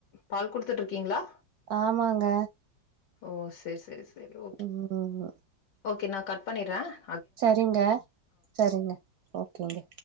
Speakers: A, on the left; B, on the right.
A: பால் குடுத்துட்டு இருக்கீங்ளா
B: ஆமாங்க
A: ஓ சேரி சேரி ஓகே
B: ம்
A: ஓகே நா கட் பண்ணிட்றே
B: சரிங்க சரிங்க ஓகேங்க